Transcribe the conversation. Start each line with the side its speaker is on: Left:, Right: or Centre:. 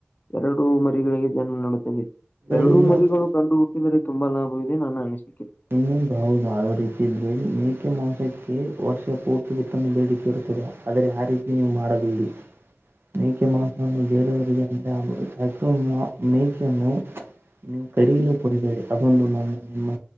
Left: ಎರಡು ಮರಿಗಳಿಗೆ ಜನ್ಮ ನಡುತ್ತದೆ
Right: ಅಂದರೆ
Left: ಎರಡೂ
Right: ಇನ್ನೊಂದು
Left: ಮರಿಗಳು ಕಂಡು ಹುಟ್ಟಿದರೆ ತುಂಬಾ ಲಾಭವದೆ ನಾನು ಅನಿಸೆ
Right: ಇನ್ನೊಂದು ಬವು ಜಾವ ರೀತ ಇದ್ರೆ ಮೇಕೆ ಮಾಂಸಕ್ಕೆ ವರ್ಷ ಪೂರ್ತಿ ಉತ್ತಮ ಬೇಡಿಕೆ ಇರುತ್ತದೆ ಆದರೆ ಆ ರೀತಿ ನೀವು ಮಾಡಬೇಡಿ ಮೇಕೆ ಮಾಂಸವನ್ನು ಬೇರೆಯವರಿಗೆ ಅಂದ್ರೆ ಕಚ ಮೇಕೆಯನ್ನು ನೀವು ಕಡಿಯಲುೂ ಕುಡಿಬೇಡಿ ಅೊಂದು ನನ್ನ ನಿಮ್ಮ